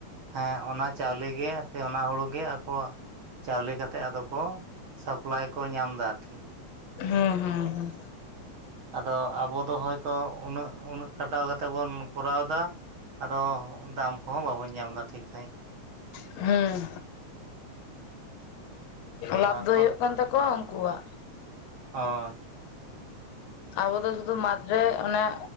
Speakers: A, on the right; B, on the left.
A: ᱦᱮᱸ ᱚᱱᱟ ᱪᱟᱣᱞᱮ ᱜᱮ ᱥᱮ ᱚᱱᱟ ᱦᱩᱲᱩ ᱜᱮ ᱟᱠᱚᱣᱟᱜ ᱪᱟᱣᱞᱮ ᱠᱟᱛᱮᱜ ᱟᱫᱚ ᱠᱚ ᱥᱟᱯᱞᱟᱭ ᱠᱚ ᱧᱟᱢ ᱮᱫᱟ ᱟᱨᱠᱤ
B: ᱦᱩᱸ ᱦᱩᱸ
A: ᱟᱫᱚ ᱟᱵᱚ ᱫᱚ ᱦᱚᱭᱛᱳ ᱩᱱᱟᱹᱜ ᱩᱱᱟᱹᱜ ᱠᱷᱟᱴᱟᱣ ᱠᱟᱛᱮᱫ ᱵᱚᱱ ᱠᱚᱨᱟᱣ ᱮᱫᱟ ᱟᱫᱚ ᱫᱟᱢ ᱠᱚᱦᱚᱸ ᱵᱟᱵᱚᱱ ᱧᱟᱢ ᱮᱫᱟ ᱴᱷᱤᱠ ᱥᱟ. ᱦᱤᱸᱡ
B: ᱦᱮᱸ
A: ᱟᱫᱚ
B: ᱞᱟᱵᱷ
A: ᱟᱠᱚ
B: ᱫᱚ ᱦᱩᱭᱩᱜ ᱠᱟᱱ ᱛᱟᱠᱚᱣᱟ ᱩᱱᱠᱩᱣᱟᱜ
A: ᱦᱳᱭ
B: ᱟᱵᱚ ᱫᱚ ᱥᱩᱫᱩ ᱢᱟᱡᱷ ᱨᱮ ᱮ